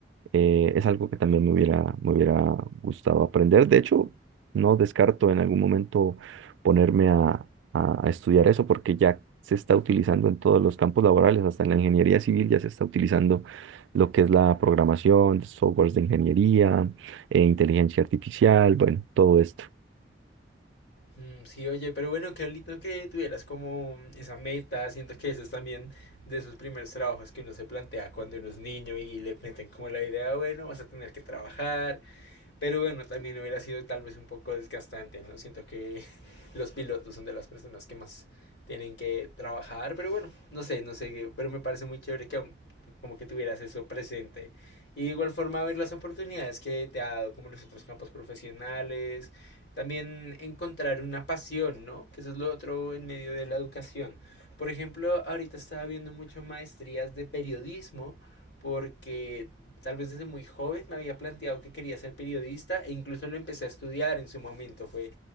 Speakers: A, on the right; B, on the left.
A: Eh, es algo que también me hubiera, me hubiera gustado aprender. De hecho, no descarto en algún momento ponerme a, a- a estudiar eso porque ya se está utilizando en todos los campos laborales, hasta en la ingeniería civil ya se está utilizando lo que es la programación, softwares de ingeniería, eh, inteligencia artificial, bueno, todo esto.
B: Mm, Sí, oye, pero bueno, qué lindo que tuvieras como esa meta. Siento que eso es también de esos primeros trabajos que uno se plantea cuando uno es niño y le meten como la idea, "Ah, bueno, vas a tener que trabajar, pero bueno, también hubiera sido tal vez un poco desgastante, ¿no? Siento que <laughs> los pilotos son de las personas que más tienen que trabajar, pero bueno, no sé, no sé, pero me parece muy chévere que aún como que tuvieras eso presente. Y de igual forma ver las oportunidades que te ha dado como los otros campos profesionales, también encontrar una pasión, ¿no? Que eso es lo otro en medio de la educación. Por ejemplo, ahorita estaba viendo mucho maestrías de periodismo porque tal vez desde muy joven me había planteado que quería ser periodista e incluso lo empecé a estudiar en su momento, fue